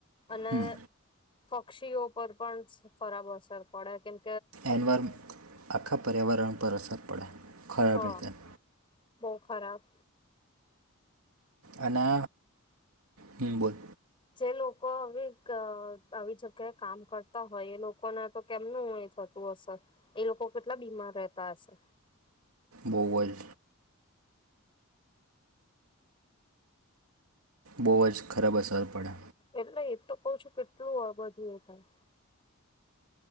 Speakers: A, on the left; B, on the right.
A: અને
B: હમ
A: પક્ષીઓ પર પણ સ ખરાબ અસર પડે કેમ
B: એનવાર આખા પર્યાવરણ પર અસર પડે. ખરાબ
A: હા
B: રીતે.
A: બહુ ખરાબ.
B: અને હમ્મ બોલ.
A: જે લોકો આવી ગ આવી જગ્યાએ કામ કરતા હોય એ લોકોને તો કેમનું થતું હશે એ લોકો કેટલા બીમાર રહેતા હશે.
B: બહુ અજ. બહુ અજ ખરાબ અસર પડે
A: એટલે એ તો કઉ છું કેટલું અહ બધું એ થાય.